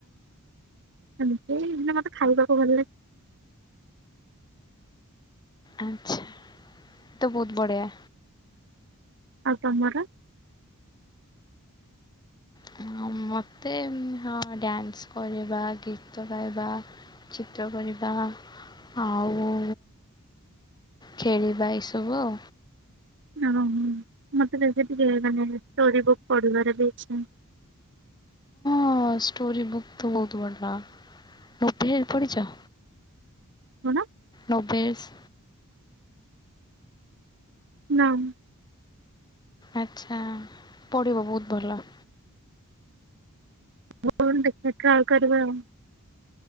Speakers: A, on the right (about 55°); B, on the left (about 20°).
A: ଏମିତି ମତେ ଖାଇବାକୁ ଭଲ ଲାଗେ।
B: ଆଚ୍ଛା ତ ବହୁତ ବଢ଼ିଆ।
A: ଆଉ ତମର?
B: ଆଉ ମୋତେ ହଁ ଡ୍ୟାନ୍ସ କରିବା, ଗୀତ ଗାଇବା। ଚିତ୍ର କରିବା ଆଉ ଖେଳିବା ଏଇସବୁ ଆଉ।
A: ଓହୋ ମତେ ଟିକେ ମାନେ ଷ୍ଟୋରି ବୁକ୍ ପଢିବାର ବି ଇଚ୍ଛା।
B: ହଁ ଷ୍ଟୋରି ବୁକ୍ ତ ବହୁତ ଭଲ ନୋଭେଲ ପଢିଛ?
A: କଣ?
B: ନୋବେଲସ୍।
A: ନାଁ।
B: ଆଚ୍ଛା, ପଢ଼ିବ ବହୁତ ଭଲ।
A: ହଉ ଦେଖିବା ଟ୍ରାଏଲ୍ କରିବା ଆଉ।